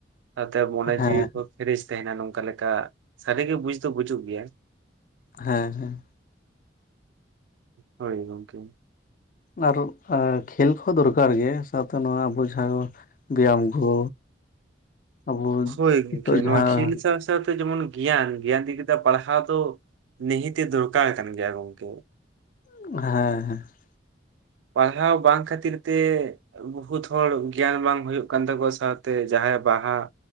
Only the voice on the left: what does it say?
ᱦᱮᱸ
ᱦᱮᱸ
ᱟᱨᱚ ᱟ ᱠᱷᱮᱞ ᱠᱚᱦᱚ ᱫᱚᱨᱠᱟᱨ ᱜᱮᱭᱟ ᱥᱟᱶᱛᱮ ᱱᱚᱣᱟ ᱟᱩᱡᱷᱟᱹᱣ ᱵᱮᱭᱟᱢ ᱠᱚ ᱟᱵᱚ
ᱱᱤᱛᱚᱜ
ᱡᱟᱦᱟᱸ
ᱟᱨ